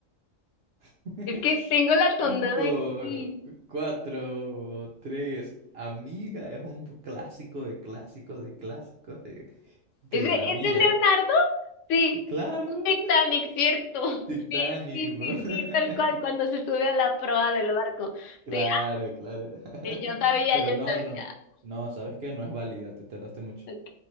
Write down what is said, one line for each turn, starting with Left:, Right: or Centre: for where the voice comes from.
Right: <laughs>
Left: es que tengo la tonada
Right: Cinco,
Left: aquí.
Right: cuatro, tres. Amiga es un clásico de clásicos de clásicos de, de
Left: ¿Es de, es
Right: la vida.
Left: de Leonardo? Sí,
Right: Claro,
Left: Titanic, ¿cierto? <laughs>
Right: Titanic,
Left: Sí,
Right: bro.
Left: sí, sí, sí, tal cual, cuando
Right: <laughs>
Left: se sube a la proa del barco.
Right: Claro,
Left: Sí,
Right: claro.
Left: ah,
Right: <laughs>
Left: yo sabía,
Right: Pero
Left: yo
Right: no,
Left: sabía.
Right: no. No, ¿sabes qué? No es válida, te tardaste mucho.
Left: Ok,